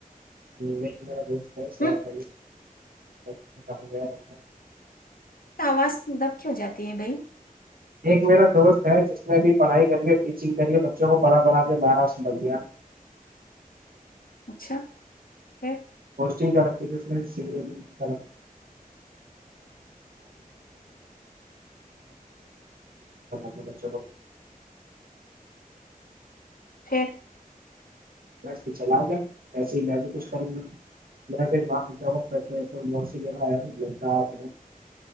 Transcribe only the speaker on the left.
ہوں
آواز دب کی ہو جاتی ہے بھائی
اچھا پھر
پھر